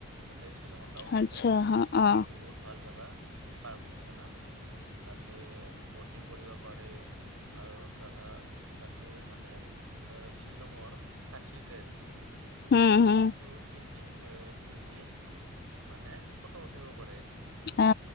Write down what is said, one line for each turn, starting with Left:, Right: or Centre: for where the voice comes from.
Right: তাত শ্বিলংৰ টাউনতে
Left: আচ্ছা অ',
Right: বহুত ভাল জা থ পাৰ্ক নিচিনা। তাতে ব'টিং কৰিব পাৰে। আৰু তাহা তাতে মানে শ্বিলঙৰ খাচী ড্ৰেছ
Left: উম, উম। হম
Right: সেইটো পিন্ধি পিন্ধি মানে ফটো উঠিব পাৰে।
Left: অ,